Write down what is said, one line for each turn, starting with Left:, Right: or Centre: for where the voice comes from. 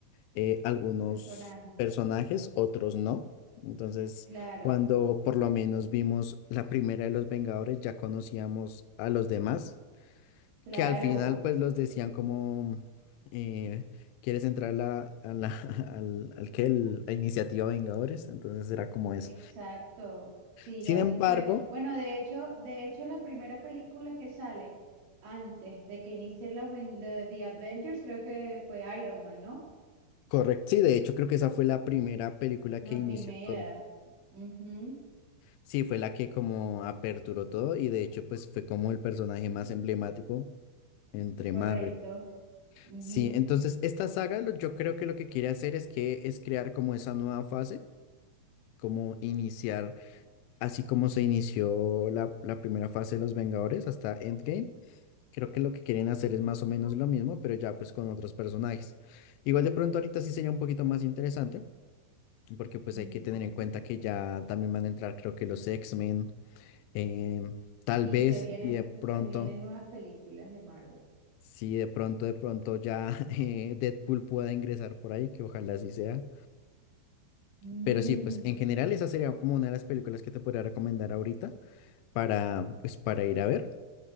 Left: eh, algunos
Right: Personaje,
Left: personajes, otros no. Entonces,
Right: claro,
Left: cuando por lo menos vimos la primera de los Vengadores, ya conocíamos a los demás
Right: claro.
Left: que al final pues los decían como, eh, ¿quieres entrar a la, a la, <laughs> al, al que el- a Iniciativa Vengadores? Entonces era como eso.
Right: Exacto, sí,
Left: Sin
Right: así
Left: embargo,
Right: fue. Bueno, de hecho, de hecho, la primera película que sale antes de que inicien los ven- The, The Adventures, creo que fue Iron Man, ¿no?
Left: correcto, sí, de hecho creo que esa fue la primera película
Right: La
Left: que inició
Right: primera.
Left: todo.
Right: Ujú,
Left: Sí, fue la que como aperturó todo y de hecho pues fue como el personaje más emblemático entre
Right: Correcto.
Left: Marvel.
Right: Ujú,
Left: Sí, entonces esta saga lo- yo creo que lo que quiere hacer es que es crear como esa nueva fase, como iniciar así como se inició la, la primera fase de los Vengadores hasta Endgame, creo que lo que quieren hacer es más o menos lo mismo, pero ya pues con otros personajes. Igual de pronto ahorita sí sería un poquito más interesante, porque pues
Right: ujú.
Left: hay que tener en cuenta que ya también van a entrar creo que los X-Men, eh, tal
Right: Sí,
Left: vez,
Right: se vienen,
Left: y de pronto,
Right: se vienen nuevas películas de Marvel.
Left: sí, de pronto, de pronto ya <laughs> eh, Deadpool pueda ingresar por ahí, que ojalá así sea.
Right: <laughs>
Left: Pero sí, pues en general esa sería como una de las películas que te podría recomendar ahorita para, pues, para ir a ver.